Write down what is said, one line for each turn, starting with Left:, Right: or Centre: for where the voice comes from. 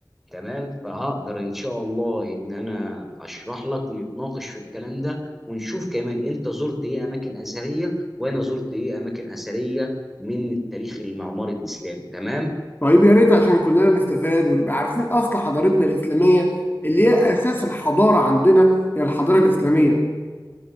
Centre: تمام فهقدر ان شاء الله ان انا اشرح لك ونتناقش في الكلام ده ونشوف كمان انت زرت ايه اماكن اثريه وانا زرت ايه اماكن اثريه من التاريخ المعماري الاسلامي تمام
Left: طيب يا ريت عشان كلنا نستفاد ونبقى عارفين اصل حضارتنا الإسلامية اللي هي اساس الحضارة عندنا هي الحضارة الإسلامية